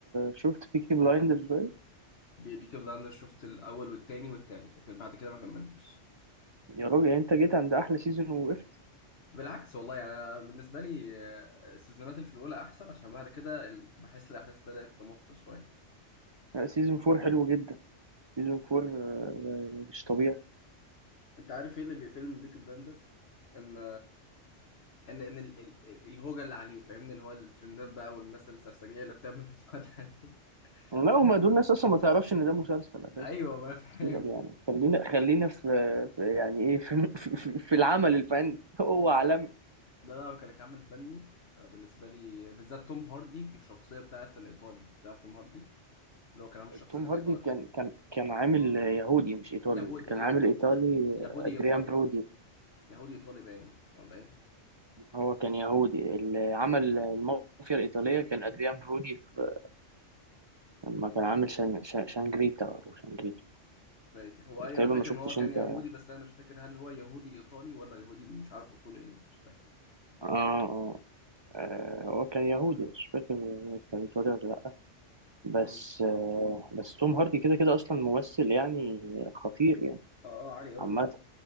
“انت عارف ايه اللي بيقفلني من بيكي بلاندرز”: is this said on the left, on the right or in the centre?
Left